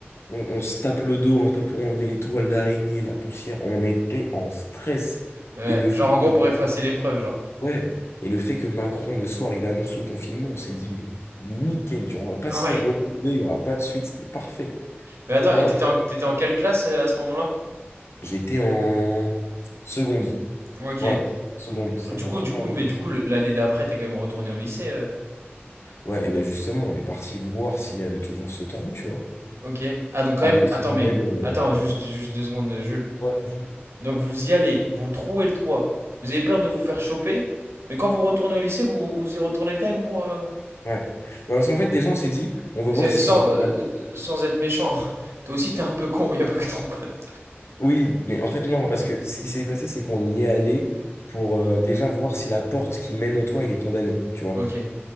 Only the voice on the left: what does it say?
on, on se tape le dos un peu pour enlever les toiles d'araignée, la poussière. On était en stress.
Et le fait
que
Macron,
ouais, et le fait que Macron, le soir, il annonce le confinement, on s'est dit, mais nickel, tu vois, on va pas
se faire retrouver, il y aura pas de suite, c'était parfait.
Mais voilà.
J'étais en seconde.
Ouais, seconde. C'est
ma
première
année
de lycée.
Ouais, et ben justement, on est parti voir s'il y avait toujours ce trou, tu vois,
avec
ce
même.
euh,
Ouais,
ouais. Ouais, parce qu'en fait,
déjà, on s'est dit, on veut
voir s'ils
ont tout
gardé.
Oui, mais en fait, non, parce que ce qui s'est passé, c'est qu'on y est allé pour euh, déjà voir si la porte qui mène au toit, elle est condamnée, tu vois.